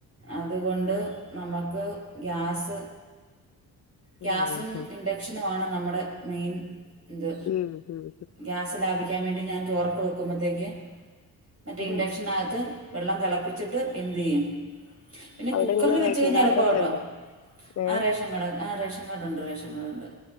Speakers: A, on the right (about 30°); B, on the left (about 35°).
A: അതുകൊണ്ട് നമുക്ക് ഗ്യാസ്
B: ഉം
A: ഗ്യാസും
B: ഉം
A: ഇൻഡക്ഷനുമാണ് നമ്മുടെ മെയിൻ ഇത്
B: ഉം ഉം
A: ഗ്യാ സ് ലാഭിക്കാൻ വേണ്ടി ഞാൻ ചോറൊക്കെ വയ്ക്കുമ്പത്തേക്ക് മറ്റേ ഇൻഡക്ഷനകത്ത്
B: ഉം
A: വെള്ളം തിളപ്പിച്ചിട്ട് എന്ത്യ്യും പിന്നെ
B: അവിടെ
A: കുക്കറിൽ
B: എങ്ങനെ
A: വെച്ച്
B: റേഷൻ
A: കഴിഞ്ഞാ
B: കാർഡൊക്കെ
A: എളുപ്പ കേട്ടോ,
B: ഉണ്ടോ ഏഹ്
A: ആഹ് റേഷൻ കട ആഹ് റേഷൻകാർഡ് ഉണ്ട്, റേഷൻകാർഡ് ഉണ്ട്.